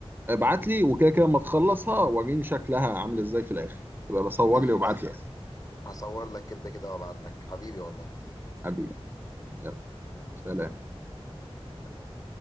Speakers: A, on the right; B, on the left.
A: ابعت لي وكده كده اما تخلصها وريني شكلها عامل ازاي في الاخر يبقى بصور
B: ماشي
A: لي وابعت لي
B: هصور لك كده كده وابعت لك حبيبي والله
A: حبيبي يلا
B: تمام
A: سلام
B: سلام.